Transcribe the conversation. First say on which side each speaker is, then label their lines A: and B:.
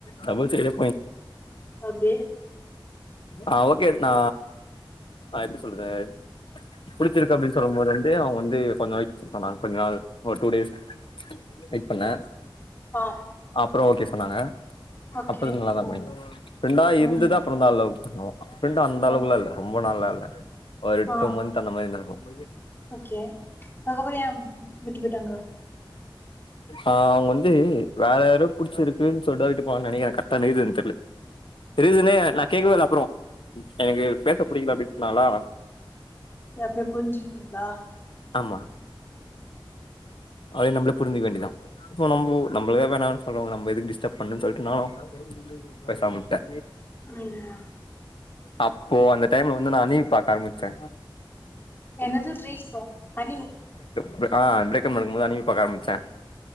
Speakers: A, on the left; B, on the left.
A: டபுள் சைடே
B: ஓகே
A: ஆஹ் ஓகே நா அஹ் எப்டி சொல்றது புடிச்சிருக்கு அப்டின சொல்லுமோது வந்து அவுங்க வந்து கொஞ்ச நாள்க்கு ப்ண்ணாங் கொஞ்சு நாள் ஒர் டூ டேஸ் வெயிட் பண்ண
B: ஆ
A: அப்புறோ ஓகேஸ் சொன்னாங்க
B: ஓகே
A: அப்ப இருந்து நல்லாதா
B: ஆ
A: போய்ட்ருக் ஃப்ரெண்டா இருந்து
B: ம்
A: தாப் லவ் பண்ணோ அப்புன்டு அந்த அளவுலா
B: ஆ
A: இல்ல ரொம்ப நாள்லா இல்ல ஒரு எட்டு
B: ஆ
A: மந்த் அந்த மாரி இருக்கு
B: ஓகே அதுக்கப்புறோ ஏன் விட்டு போய்டாங்க
A: ஆஹ் அவுங் வந்து வேற யாரோ புடிச்சிருக்குன் சொல்டா விட்டு போவான் நெனைகிற கர்ட்டா அந்த ரிசன் தெர்ல ரீசனே தீவாள் அப்புறோ எனக்கு பேச புடிகுள அப்டின் சொன்னாலா
B: தி ஆஃப்டர் புரிஞ்சுகின்னீங்ளா
A: ஆமா அது நம்ளே புரிஞ்சுக் வேண்டிதா சோ நம்போ நம்ளே வேணான் சொல்றவங்கள நம்ப எதுக்கு டிஸ்டப் பண்ணுன் சொல்ட்டு நானு பேசாம உட்டே
B: ம்
A: <unintelligible> அப்போ அந்த டைம்ல வந்து நான் அணிவி பாக்க ஆரமிச்சே
B: என்னது தீரிசிஸ் அ அனினு
A: அ ப்ரேக் முக்கும்பது அனில் பாக்க ஆரம்பிச்சேன்